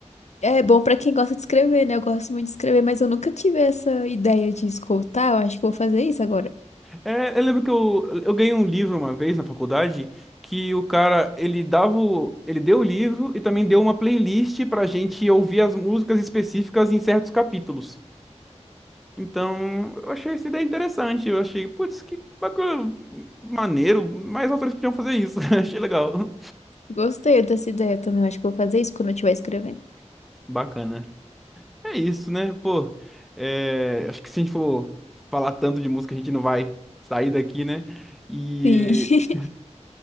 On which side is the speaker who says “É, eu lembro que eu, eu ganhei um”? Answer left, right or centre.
Centre